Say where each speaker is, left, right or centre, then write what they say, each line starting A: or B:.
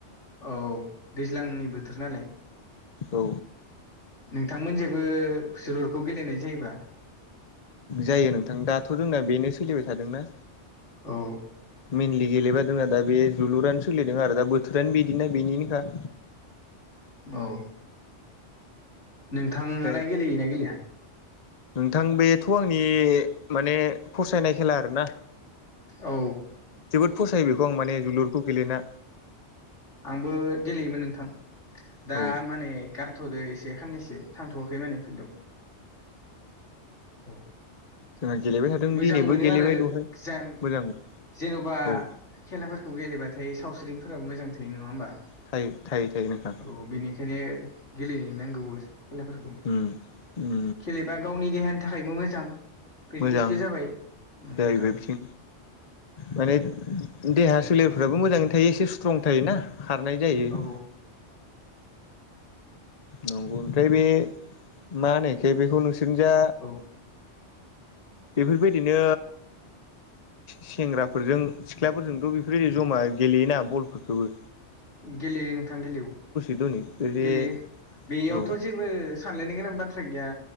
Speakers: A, on the left (about 85°); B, on the left (about 40°).
A: औ दैज्लांनि बोथोर नालाय।
B: औ
A: नोंथांमोन जेबो जोलुरखौ गेलेनाय जायोबा।
B: जायो नोंथां दाथ' जोंना बेनो सोलिबाय थादोंना।
A: औ।
B: मेनलि गेलेबा जोंहा दा बे जोलुरानो सोलिदों आरो दा बोथोरानो बिदिनो बेनिनोखा।
A: औ नोंथाङालाय
B: ओमफ्राय
A: गेलेयोना गेलेया?
B: नोंथां बेथ' आंनि माने फसायनाय खेला आरोना।
A: औ
B: जोबोद फसायो बेखौ आं माने जोलुरखौ गेलेना।
A: आंबो गेलेयोमोन नोंथां‌। दा
B: औ
A: माने गारथ'दो एसे खाननैसो थांथ'वाखै माने फिल्डआव। औ।
B: जोंहा गेलेबाय थादों।
A: मोजां
B: दिनैबो
A: मोनो
B: गेलेबाय
A: आरो
B: दहाय
A: जेन
B: मोजां
A: जेन'बा
B: औ
A: खेलाफोरखौ गेलेबाथाय सावस्रिफोराबो मोजां थायो नङा होमबा
B: थायो थायो थायो नोंथां
A: औ। औ बेनिखायनो गेलेनो नांगौबो। खेलाफोरखौ
B: उम उम
A: खेलेबा गावनि देहानि थाखायबो मोजां। प्रेक्टिसबो
B: मोजां
A: जाबाय उम
B: जाहैबाय
A: नोंथां
B: बिथिं माने
A: औ
B: देहा सोलेरफ्राबो मोजाङै थायो एसे स्ट्रं थायोना खारनाय जायो। <inaudible>
A: औ
B: नंगौ ओमफ्राय बे मा होनो इखो बेखौ नोंसोरनि जा
A: औ
B: बेफोरबायदिनो सेंग्राफोरजों सिख्लाफोरजोंथ' बेफोरबायदि जमा गेलेयोना बलफोरखोबो।
A: गेलेयो नोंथां गेलेयो औ
B: दनै बे
A: गेलेयो बेयावथ'
B: औ
A: जेबो सानलायनो गोनां बाथ्रा गैया।